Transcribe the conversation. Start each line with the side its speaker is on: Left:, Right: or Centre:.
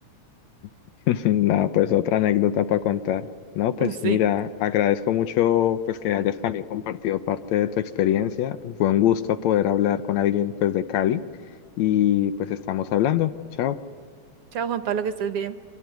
Left: <laughs> Nada, pues otra anécdota para contar. No, pues
Right: Sí.
Left: mira, agradezco mucho pues que hayas también compartido parte de tu experiencia. Fue un gusto poder hablar con alguien pues de Cali y pues estamos hablando. Chao.
Right: Chao, Juan Pablo, que estés bien.